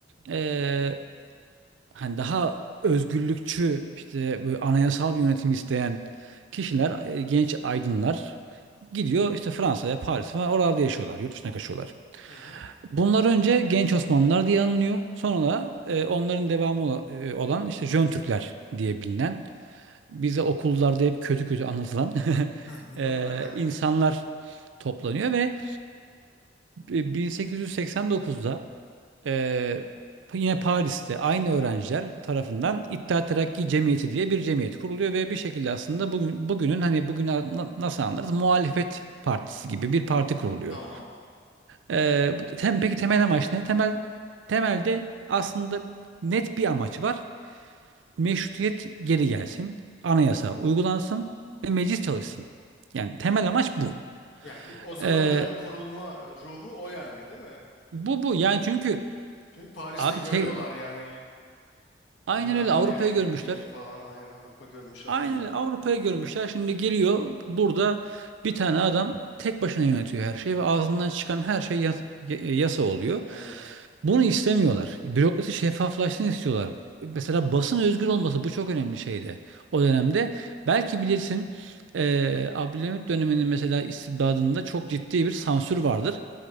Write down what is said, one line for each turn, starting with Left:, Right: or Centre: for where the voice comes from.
Right: eee, hani daha özgürlükçü işte böyle anayasal bir yönetim isteyen kişiler, e, genç aydınlar gidiyor işte Fransa'ya, Paris'e falan oralarda yaşıyorlar, yurt dışına kaçıyorlar.
Left: Hı hı.
Right: Bunlar önce genç Osmanlılar diye anılıyor. Sonra da e, onların devamı ola- e, olan işte Jön Türkler diye bilinen bize okullarda hep kötü kötü anlatılan <laughs>
Left: <laughs>
Right: eee,
Left: Aynen.
Right: insanlar toplanıyor ve 1889'da eee, yine Paris'te aynı öğrenciler tarafından İttihat Terakki Cemiyeti diye bir cemiyet kuruluyor ve bir şekilde aslında bugün bugünün hani bugün a- na- nasıl anlarız muhalefet partisi gibi bir parti kuruluyor.
Left: Tamam.
Right: Eee, bu- tem, peki temel amaç ne? Temel temelde aslında net bir amaç var meşrutiyet geri gelsin, anayasa uygulansın ve meclis çalışsın. Yani temel amaç bu.
Left: Yani o, za-
Right: Ee,
Left: o dönem kurulma ruhu o yani değil mi?
Right: bu bu yani çünkü
Left: Çünkü Paris'te
Right: abi
Left: görüyorlar
Right: te-
Left: yani
Right: aynen
Left: dünyanın
Right: öyle Avrupa'yı
Left: ne yöne gittiğini
Right: görmüşler.
Left: falan. Aynen Avrupa görmüş adamlar.
Right: Aynen öyle Avrupa'yı görmüşler. Şimdi geliyor burada bir tane adam tek başına yönetiyor her şeyi ve ağzından çıkan her şey yas- y- yasa oluyor.
Left: Evet.
Right: Bunu istemiyorlar. Bürokrasi şeffaflaşsın istiyorlar. Mesela basın özgür olması bu çok önemli şeydi o dönemde. Belki bilirsin eee Abdülhamit döneminin mesela istibdadında çok ciddi bir sansür vardır.